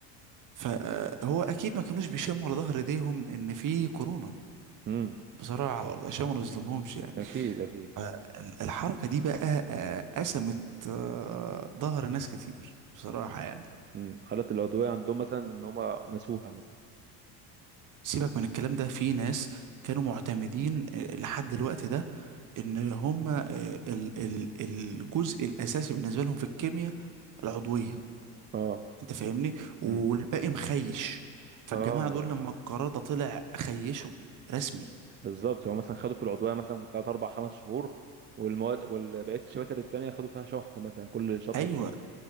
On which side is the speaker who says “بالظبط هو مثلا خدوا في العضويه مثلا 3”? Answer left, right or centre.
Right